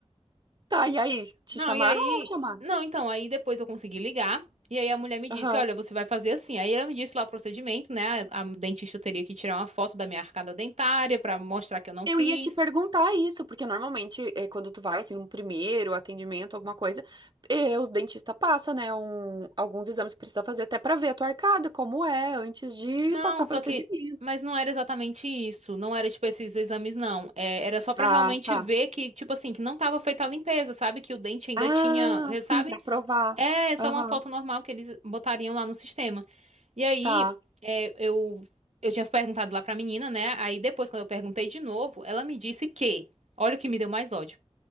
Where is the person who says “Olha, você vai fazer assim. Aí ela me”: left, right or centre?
Right